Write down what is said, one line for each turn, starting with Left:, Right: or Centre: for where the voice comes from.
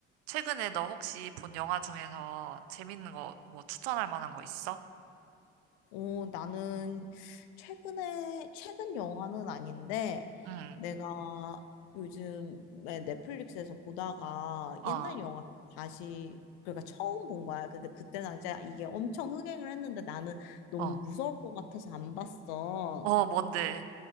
Right: 최근에 너 혹시 본 영화 중에서 재밌는 거 뭐 추천할 만한 거 있어?
Left: 어, 나는 최근에, 최근 영화는 아닌데,
Right: 응,
Left: 내가 요즘에 넷플릭스에서 보다가
Right: 어,
Left: 옛날 영화를 다시, 그러니까 처음 본 거야. 근데 그때 당시에 이게 엄청 흥행을 했는데 나는 너무
Right: 어,
Left: 무서울 것 같아서 안 봤어.
Right: 어, 뭔데?